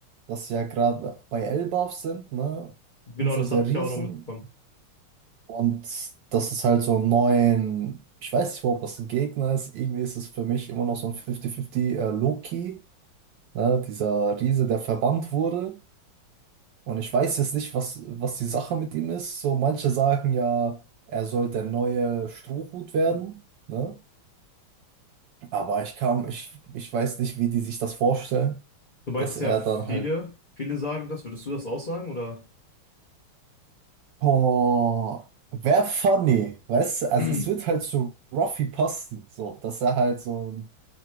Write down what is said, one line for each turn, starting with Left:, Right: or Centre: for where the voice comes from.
Right: dass wir ja gerade bei Elbaf sind, ne?
Left: Genau,
Right: Insel
Left: das
Right: der
Left: hatte
Right: Riesen.
Left: ich auch noch mitbekommen.
Right: Und das ist halt so ein neuen, ich weiß nicht, überhaupt, was ein Gegner ist. Irgendwie ist es für mich immer noch so ein 50-50 äh, Loki. Ne? Dieser Riese, der verbannt wurde. Und ich weiß jetzt nicht, was, was die Sache mit ihm ist. So, manche sagen ja, er soll der neue Strohhut werden. Ne? Aber ich kam, ich, ich weiß nicht, wie die sich das vorstellen,
Left: Du meinst
Right: dass er
Left: ja, viele,
Right: dann halt,
Left: viele sagen das. Würdest du das auch sagen, oder?
Right: oh wär funny, weißt du? Also
Left: <clears throat>
Right: es wird halt zu Ruffy passen, so, dass er halt so ein